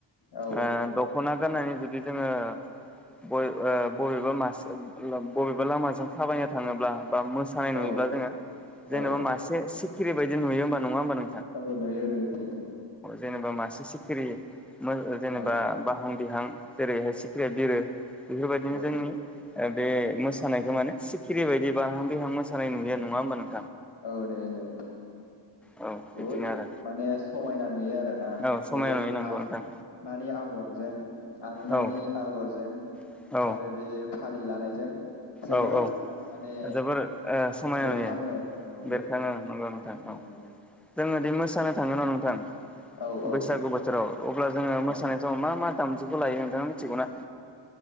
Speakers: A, on the left; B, in the centre.
A: औ
B: आ दख'ना गाननानै जुदि जोङो <unintelligible> ओ बबेबा मास बबेबा लामाजों थाबायनो थाङोब्ला बा मोसानाय नुयोब्लाा
A: औ
B: जोङो जेनेबा
A: औ
B: मासे सि खिरिबायदि नुयो होमबा नङा होमबा नों
A: औ नुयो नुयो नुयो
B: जेनेबा मासे सिखिरि जेनेबा
A: औ
B: बाहां बिहां जेरैहाय सिखिरिया बिरो बेफोरबायदिनो
A: औ
B: जोंनि ओ बे मोसानायखौ माने सिखिरि बायदि बाहां बिहां मोसानाय नुयो नङा होमबा नों
A: औ नो नों
B: औ
A: बुहुद
B: बिदिनो आरो
A: माने समायना नुयो आरो। दा
B: औ समायना
A: बे
B: नुयो नंगौ
A: आं
B: नोंथां
A: मानि आगरजों आर'नाइनि
B: औ
A: आगरजों
B: औ
A: आरो बे फालि लानायजों जोबोद
B: औ औ
A: माने
B: जोबोर ओ समायना
A: बेरखाङो
B: नुयो
A: औ
B: बेरखाङो नंगौ नोंथां
A: उम
B: औ जों हादि मोसानो थाङो ना नों थां
A: औ औ
B: बैसागु बोथोराव अब्ला जोङो मोसानाय
A: ओ
B: समाव मा मा दामजुखौ लायो नोंथाङा मिथिगौ ना?